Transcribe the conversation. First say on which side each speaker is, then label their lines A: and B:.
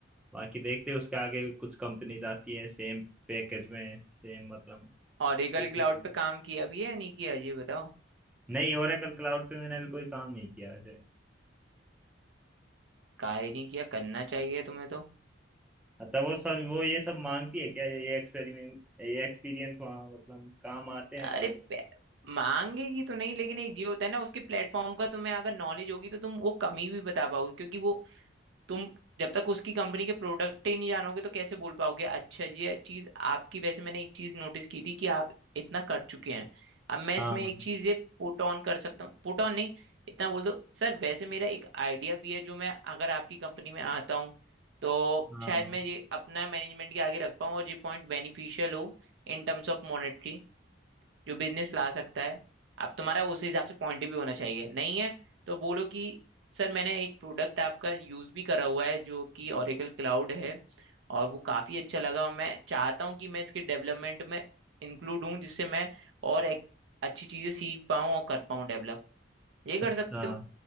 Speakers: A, in the centre; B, on the right.
A: बाकी देखते हैं उसके आगे कुछ कंपनीज आती है सेम पैकेज में सेम मतलब
B: ओरेकल
A: एटीसी
B: क्लाउड पे काम किया भी है या नहीं किया ये बताओ
A: नहीं ओरेकल क्लाउड पे मैंने अभी कोई काम नहीं किया वैसे
B: काहे नहीं किया करना चाहिए तुम्हें तो
A: अच्छा वो सब वो ये सब मांगती है क्या ये एक्सपेरिमेंट ये एक्सपीरियंस वहाँ मतलब काम आते हैं
B: अरे
A: काफी
B: पे- मांगेगी तो नहीं लेकिन एक जी होता है ना उसके प्लेटफॉर्म का तुम्हें अगर नॉलेज होगी तो तुम वो कमी भी बता पाओगे क्योंकि वो तुम जब तक उसकी कंपनी के प्रोडक्ट ही नहीं जानोगे तो कैसे बोल पाओगे अच्छा ये चीज आपकी वैसे मैंने एक चीज नोटिस की थी कि आप इतना कर चुके हैं अब मैं
A: हाँ
B: इसमें एक चीज ये पुट ऑन कर सकता हूँ पुट ऑन नहीं इतना बोल दो सर वैसे मेरा एक आइडिया भी है जो मैं अगर आपकी कंपनी में आता हूँ तो
A: हाँ
B: शायद मैं ये अपना मैनेजमेंट के आगे रख पाऊँ और ये पॉइंट बेनिफिशियल हो इन टर्म्स ऑफ मॉनेटरी जो बिजनेस ला सकता है अब तुम्हारा उस हिसाब से पॉइंट भी होना चाहिए नहीं है तो बोलो कि सर मैंने एक प्रोडक्ट आपका यूज भी करा हुआ है जो कि ओरेकल क्लाउड है और वो काफी अच्छा लगा और मैं चाहता हूँ कि मैं इसके डेवलपमेंट में इंक्लूड हूँ जिससे मैं और एक अच्छी चीजें सीख पाऊँ और कर पाऊँ डेवलप ये कर
A: अच्छा
B: सकते हो